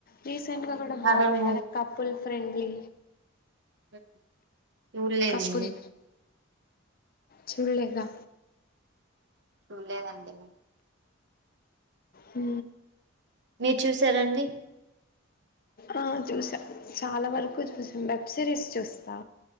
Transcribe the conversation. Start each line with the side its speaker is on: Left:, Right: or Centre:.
Left: recent గా కూడా
Right: హర్రర్
Left: బాగున్నాయి కదా కపుల్ ఫ్రెండ్లీ
Right: <unintelligible> ఇఊలేదండి
Left: కపుల్ చూడలేదా
Right: చూలేదండి
Left: ఉ
Right: మీరు చూసారండి
Left: ఆ చూసాం చాలా వరకు చూసాం వెబ్ సిరీస్ చూస్తా